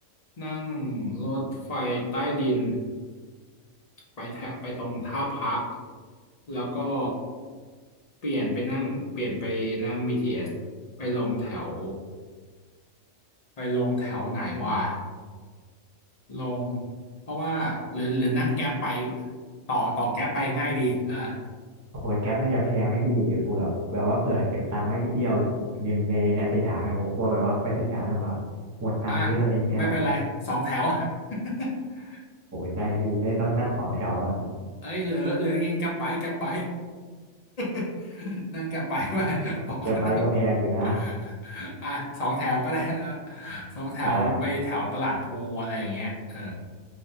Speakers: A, on the left; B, on the right.
A: นั่งรถไฟใต้ดินไปแถวไปตรงท่าพระ แล้วก็เปลี่ยนไปนั่งเปลี่ยนไปนั่ง BTS ไปลงแถวไปลงแถวไหนวะ ลงเพราะว่าหรือหรือนั่งแก๊ปไปต่อต่อแก๊ปไปง่ายดีอ่า
B: โอ้โหแก๊ปน่าจะแพงไหมพี่เผื่อแบบว่าเผื่อเก็บตังค์ไว้ไปเที่ยวในในในสยามเนี่ยโอ้โหกลัวแบบว่าไปสยามแบบว่าหมดตังค์เยอะอะไรเงี้ย
A: อ่าไม่เป็นไรสองแถว <laughs>
B: โอ้โหใช่พี่ได้ต้องนั่งสองแถวอะ
A: เอ้ยเหลือเหลืออย่างงี้แก๊ปไปแก๊ปไป <laughs> นั่งแก๊ปไปไป <laughs>
B: โอ้โหแก๊ปไบค์ก็แพงอยู่นะ
A: บอกว่า <laughs> อ่ะสองแถวก็ได้ <laughs> นะสองแถวไปแถวตลาดพลูอะไรอย่างเงี้ยเออ
B: ใช่